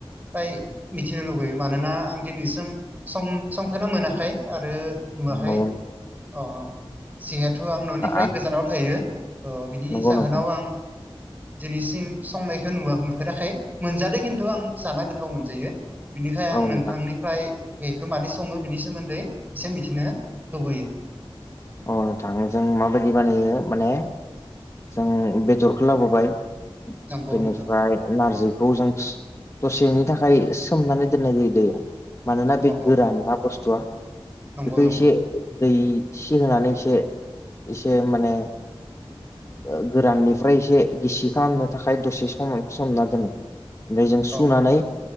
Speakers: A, on the right; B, on the left.
A: फ्राय मिथिनो लुबैयो मानोना आं दिनैसिम सम संफेरना मोनाखै आरो नुवाखै
B: औ
A: अ अ जिहेथु आं न'निफ्राय
B: आ
A: गोजानाव थायो त बिनि
B: नंगौ
A: जाहोनाव
B: नोंथां
A: आं दिनैसिम संनायखौ नुवा नुफेराखै मोनजादों खिन्थु आं जाना गोथाव मोनजायो ‌। बिनिखाय आं
B: औ
A: नोंथांनिफ्राय
B: नोंथां
A: बेखौ मादै सङो बिनि सोमोन्दै एसे मिथिनो लुबैयो।
B: अ नोथां जों माबायदि बानायो माने जों बेदरखौ लाबोबाय
A: नंगौ
B: बेनिसफ्राय
A: नोंथां
B: नारजि खौ जों दसेनि थाखाय सोमनानै दोननाय जायो दैयाव। मानोना बे
A: अ
B: गोरान ना बुस्थुआ
A: नंगौ
B: बेखौ
A: नंगौ
B: एसे दै सि होनानै एसे एसे माने ओ गोराननिफ्राय एसे गिसि खालामनो थाखाय दसे सम सोमना दोनो। ओमफ्राय जों सुनानै
A: अ